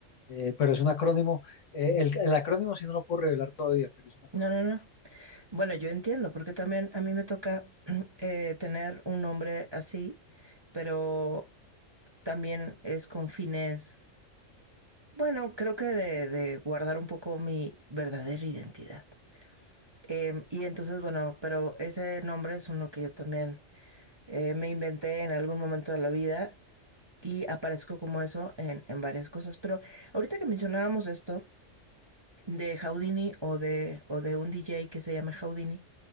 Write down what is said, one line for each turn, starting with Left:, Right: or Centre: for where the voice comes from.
Left: eh, pero es un acrónimo. Eh, el, el acrónimo sí no lo puedo revelar todavía, pero es un acrónimo.
Right: No, no, no. Bueno, yo entiendo, porque también a mí me toca <clears throat> eh, tener un nombre así, pero también es con fines Bueno, creo que de, de guardar un poco mi verdadera identidad. Em, y entonces, bueno, pero ese nombre es uno que yo también eh, me inventé en algún momento de la vida y aparezco como eso en, en varias cosas. Pero ahorita que mencionábamos esto de Houdini o de, o de un DJ que se llame Houdini,